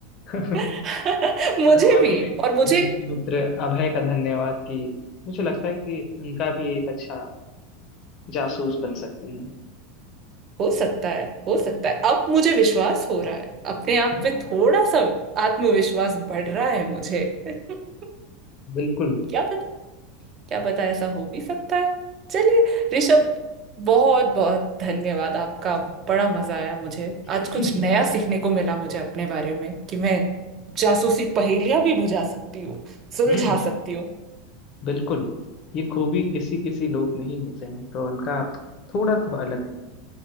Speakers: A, on the left (about 45°); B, on the right (about 40°).
A: <laughs>
B: <laughs> मुझे
A: और हमारे
B: भी
A: घनिष्ठ
B: और मुझे
A: मित्र अभय का धन्यवाद कि मुझे लगता है कि उनका भी एक अच्छा जासूस बन सकते हैं
B: हो सकता है हो सकता है अब मुझे विश्वास हो रहा है अपने आप
A: हम्म,
B: पे थोड़ा सा आत्मविश्वास बढ़ रहा है मुझे <laughs>
A: बिल्कुल
B: क्या पता क्या पता ऐसा हो भी सकता है चलिए ऋषभ बहुत बहुत धन्यवाद आपका बड़ा मजा आया मुझे आज
A: <laughs>
B: कुछ नया सीखने को मिला मुझे अपने बारे में कि मैं जासूसी पहेलियां भी बुझा सकती हूँ सुलझा
A: हम्म
B: सकती हूँ
A: बिल्कुल ये खूबी किसी किसी लोग में ही होते हैं तो उनका आप थोड़ा तो अलग हैं